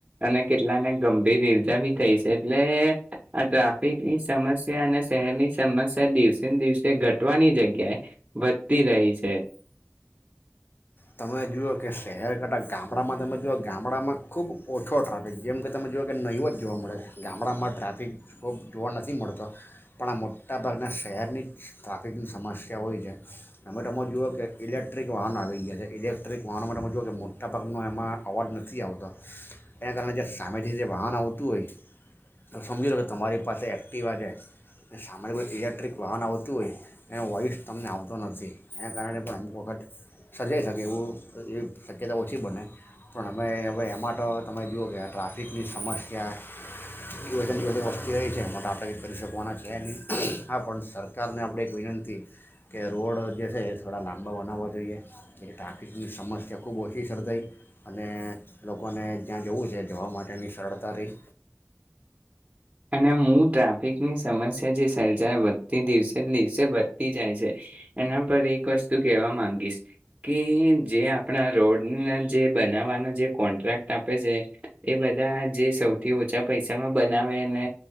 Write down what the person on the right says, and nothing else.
અને કેટલાને ગંભીર ઈર્જા ભી થઈ. એટલે આ ટ્રાફિકની સમસ્યા અને શહેરની સમસ્યા દિવસે ને દિવસે ઘટવાની જગ્યાએ વધતી રહી છે.
અને હું ટ્રાફિકની સમસ્યા જે સર્જાય વધતી દિવસે દિવસે વધતી જાય છે એના પર એક વસ્તુ કહેવા માંગીશ કે જે આપણા રોડના જે બનાવવાનો જે કોન્ટ્રાક્ટ આપે છે એ બધા જે સૌથી ઓછા પૈસામાં બનાવે. ને